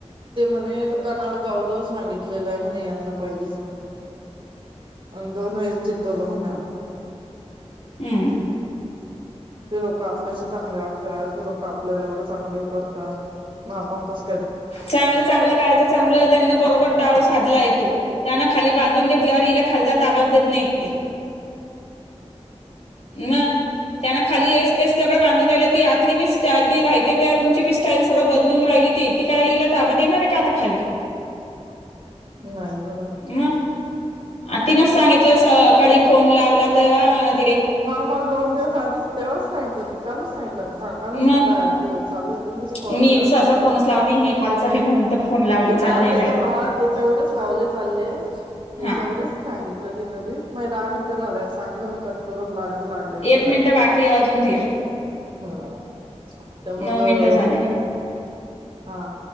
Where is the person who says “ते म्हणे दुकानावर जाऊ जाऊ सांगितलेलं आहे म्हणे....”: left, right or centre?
Right